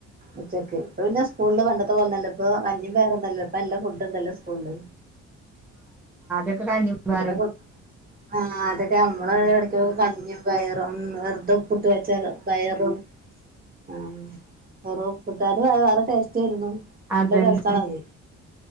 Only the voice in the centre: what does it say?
ക്കൊക്കെ കഞ്ഞിം പയറും
അതന്നെ